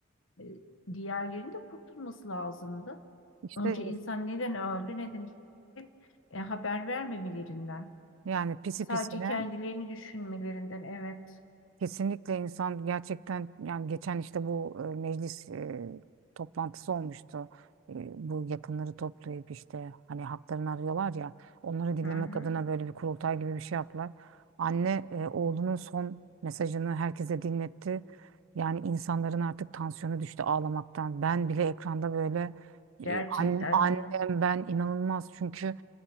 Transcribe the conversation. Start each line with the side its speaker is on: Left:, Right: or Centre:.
Left: e, diğerlerinin de kurtulması lazımdı.
Right: İşte
Left: Önce insan neden öldü, neden gitti, e, haber vermemelerinden.
Right: yani pisi
Left: Sadece
Right: pisine
Left: kendilerini düşünmelerinden. Evet.
Right: Kesinlikle insan gerçekten yani geçen işte bu e, meclis e, toplantısı olmuştu. E, bu yakınları toplayıp işte hani haklarını arıyorlar ya onları dinlemek
Left: Hı hı.
Right: adına böyle bir kurultay gibi bir şey yaptılar. Anne e, oğlunun son mesajını herkese dinletti. Yani insanların artık tansiyonu düştü ağlamaktan. Ben bile ekranda böyle
Left: Gerçekten
Right: e, an- annem
Left: mi?
Right: ben inanılmaz çünkü